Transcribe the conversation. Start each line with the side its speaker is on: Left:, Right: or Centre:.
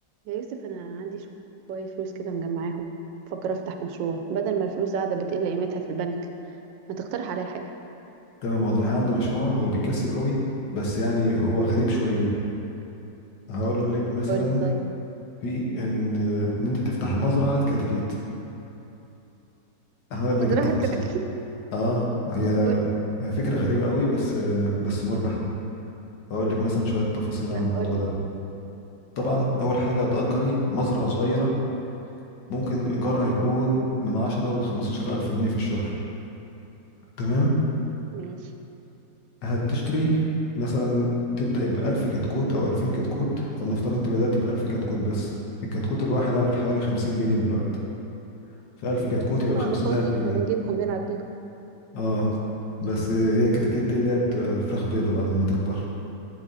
Right: يا يوسف انا عندي شويه فلوس كده مجمعاهم بفكر افتح مشروع بدل ما الفلوس قاعده بتقل قيمتها في البنك ما تقترح عليا حاجه
Left: تمام والله عنده مشروع هو بيكسب قوي بس يعني هو غريب شوية هقول لك مثلا
Right: قول لي طيب
Left: في ان ان انت تفتح مزرعة كتاكيت هقول
Right: مزرعة
Left: لك التفاصيل
Right: كتاكيت <laughs>
Left: اه هي
Right: قولي
Left: هي فكرة غريبة قوي بس بس مربحة هقول لك مثلا شوية تفاصيل
Right: لا
Left: عن الموضوع
Right: قول لي
Left: ده طبعا اول حاجة هتأجري مزرعة صغيرة ممكن ايجارها يكون من 10 ل 15 الف جنيه في الشهر تمام
Right: ماشي
Left: هتشتري مثلا تبدأ بألف كتكوت أو ألفين كتكوت فلنفترض أنت بدأت بألف كتكوت بس الكتكوت الواحد عامل حوالي خمسين جنيه دلوقتي فألف كتكوت يبقى بخمسين
Right: اه الرخاص
Left: ألف
Right: دول احنا
Left: جنيه
Right: بنجيبهم نلعب بيهم
Left: اه بس هي الكتاكيت دي اللي هي بتبقى فراخ بيضة بقى لما تكبر